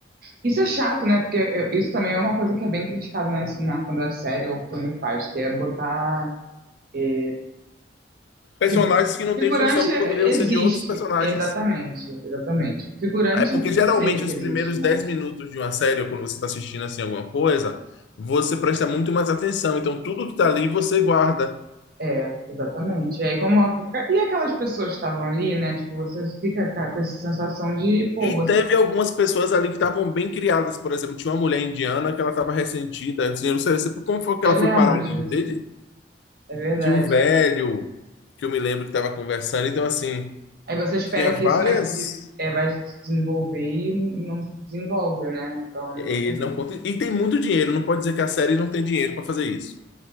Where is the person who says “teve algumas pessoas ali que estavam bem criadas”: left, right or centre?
Left